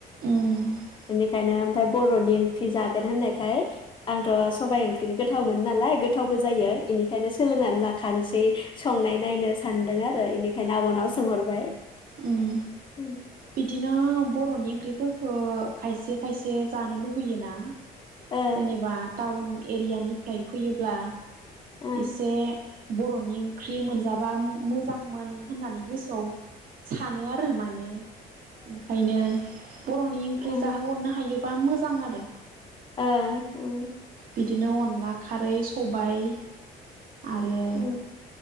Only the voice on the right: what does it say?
उम
उम
बिदिनो बर'नि ओंख्रिफोरखो खायसे खायसे जानो लुुबैयोना?
जेनेबा टाउन एरियानिफ्राय फैयोब्ला
इसे बर'नि ओंख्रि मोनजाबा मो मोजांमोन होननानै गोसोआव सानो आरो माने ओंखायनो बर'नि ओंख्रि
जाहोहरनो हायोब बा मोजां आरो
बिदिनो अनला खारै सबाय आरो